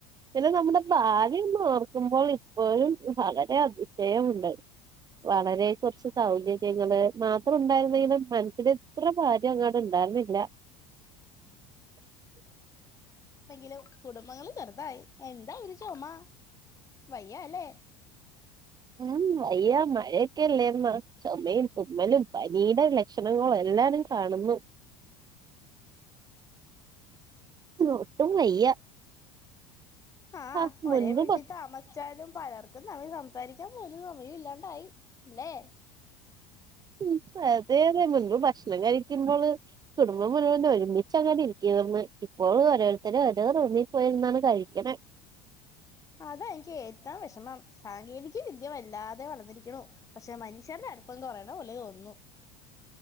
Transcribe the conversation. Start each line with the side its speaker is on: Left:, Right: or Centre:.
Right: പിന്നെ നമ്മുടെ ഭാഗ്യം ഓർക്കുമ്പോൾ ഇപ്പോഴും വളരെ അതിശയമുണ്ട് വളരെ കുറച്ച് സൗകര്യങ്ങള് മാത്രം ഉണ്ടായിരുന്നെങ്കിലും മനസ്സില് ഇത്ര ഭാരം അങ്ങോട്ട ഇണ്ടായിരുന്നില്ല.
Left: ലും കുടുംബങ്ങള് ചെറുതായി. എന്താ ഉ ചോമ്മ വയ്യ അല്ലേ?
Right: ഉം വയ്യ മഴയൊക്കെല്ലേന്ന് ചുമയും തുമ്മലും പനിയുടെ ലക്ഷണങ്ങളും എല്ലാരും കാണുന്നു. ഒട്ടും വയ്യ
Left: ആഹ്
Right: ആ മുൻമ്പ്
Left: ഒരേ വീട്ടിൽ
Right: ഡോ
Left: താമസിച്ചാലും പലർക്കും നമ്മൾ സംസാരിക്കാൻ പോലും സമയല്ലാണ്ടായി അല്ലെ?
Right: ഉം അതേതെ മുൻപ് ഭക്ഷണം കഴിക്കുമ്പോള് കുടുംബം മുഴുവൻ ഒരുമിച്ചങ്ങട്ടിരിക്കുവാരുന്നു. ഇപ്പോഴ് ഓരോരുത്തര് ഓരോ റൂമിൽ പ്പോയിരുന്നാണ് കഴിക്കണെ
Left: അത എനിക്ക് ഏറ്റവും വിഷമം സാങ്കേതിക വിദ്യ വല്ലാതെ വളർന്നിരിക്കണു. പക്ഷെ മനുഷ്യരുടെ അടുപ്പം കുറയണ പോല തോന്നുന്നു.